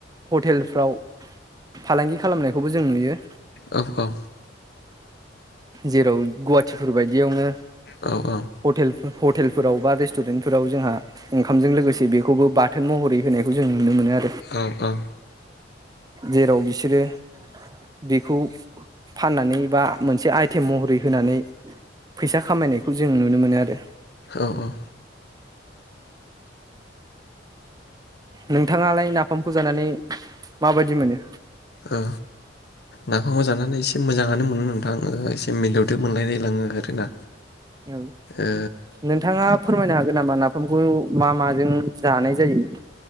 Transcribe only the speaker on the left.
औ औ
औ औ
औ औ
औ औ
औ नाफामखौ जानानै एसे मोजाङानो मोनो नोंथां एसे मिलौदो मोनलायलायलाङो आरोना
ओ